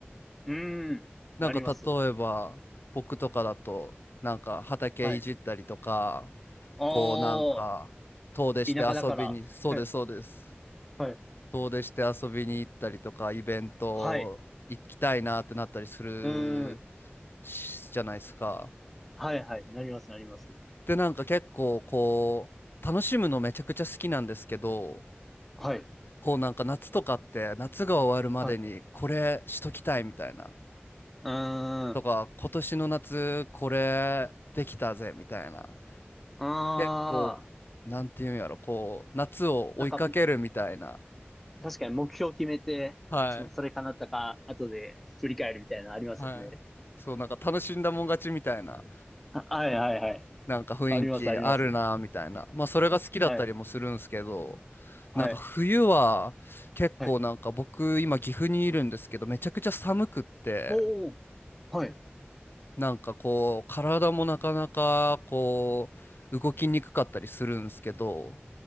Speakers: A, in the centre; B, on the left (about 60°).
A: うーん。
B: なんか例えば、
A: なります。
B: 僕とかだと、なんか畑いじったりとか、
A: はい。ああ、
B: こうなんか、遠出して遊びに、
A: 田舎だから。
B: そうです、
A: はい。
B: そうです。
A: はい。
B: 遠出して遊びに行ったりとか、イベント行きたいなってなったりする
A: はい。うーん。
B: しじゃないですか。
A: はいはい。なります、なります。
B: で、なんか結構こう、楽しむのめちゃくちゃ好きなんですけど、
A: はい。
B: こうなんか夏とかって夏が終わるまでにこれしときたいみたいな。
A: はい。うーん。
B: とか、
A: あ
B: 今年の夏これできたぜみたいな。
A: あ。
B: 結構、なんていうんやろ、こう、夏を追いかけるみたいな。
A: なんか、確かに目標を決めて、
B: はい。
A: その、それ叶ったか、後で振り返るみたいなのありますよね。
B: はい。そう、なんか楽しんだもん勝ちみたいな。
A: あはいはいはい。
B: なんか雰囲気あるなみたいな。
A: あります、あります。
B: まあそれが好きだったりもするんですけど、
A: はい、
B: なんか冬は結構なんか僕今岐阜にいるんですけど、
A: はい、はい。
B: めちゃくちゃ寒くって、
A: おー、はい、
B: なんかこう体もなかなかこう動きにくかったりするんですけど、